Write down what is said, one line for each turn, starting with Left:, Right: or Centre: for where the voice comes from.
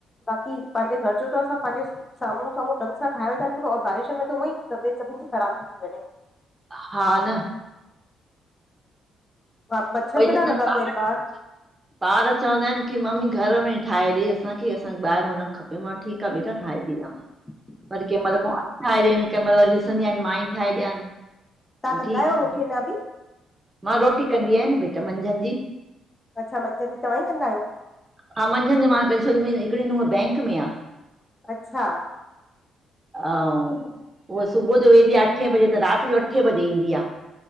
Left: बाक़ी पांजे घर जो त असां पांजे स साम्हूं -साम्हूं ढंग सां ठाहे व ता ॾियूंन, और बारिशनि त उहेंई तबियत सभिनि जी ख़राब थी वंञें।
Right: हा न
Left: हा, मच्छर
Right: ॿई
Left: केॾा
Right: ॼंणां
Left: लॻा पिया
Right: <unintelligible>
Left: आहिनि ॿार
Right: ॿार चवंदा हिनि की मम्मी घर में ई ठाहे ॾे असांखे, असांखे ॿाहिरो न ख -खपे, मां ठीकु आ बेटा ठाहे ती ॾियांव।
Left: <inaudible>
Right: वरी कंहिं महिल कुवांर ठाहे ॾियेन, वरी कंहिं महिल वरी ॾिसंदी आयान मां ई ठाहे ॾियांनि।
Left: तव्हां
Right: हा
Left: कंदा
Right: ठीक
Left: आहियो रोटी
Right: आ,
Left: अञा बि
Right: मां रोटी कंदी आहियां न बेटा मंझंदि जी
Left: अच्छा, मंझंद जी तव्हां ई कंदा आहियो?
Right: हा मंझंदि जो मां कंदी, छोकी मुंजी हिकिड़ी नूंहं बैंक में आ
Left: अच्छा।
Right: अऊं, उहा सुबुह जो वेंदी आह, अठे बजे त राति जो अठे बजे ईंदी आह।